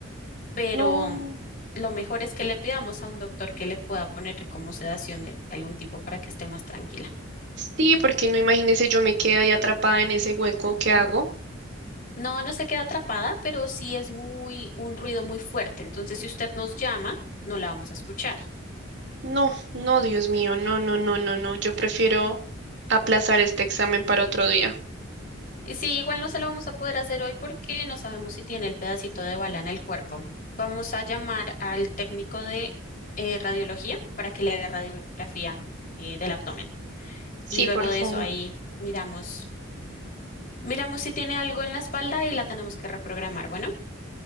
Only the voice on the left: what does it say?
Pero
lo mejor es que le pidamos a un doctor que le pueda poner como sedación de algún tipo para que esté más tranquila.
No, no se queda atrapada, pero sí es muy, un ruido muy fuerte. Entonces, si usted nos llama, no la vamos a escuchar.
Y sí, igual no se lo vamos a poder hacer hoy porque no sabemos si tiene el pedacito de bala en el cuerpo. Vamos a llamar al técnico de eh, radiología para que le haga radiografía eh, del abdomen.
Y luego
de
eso ahí miramos, miramos si tiene algo en la espalda y la tenemos que reprogramar. Bueno,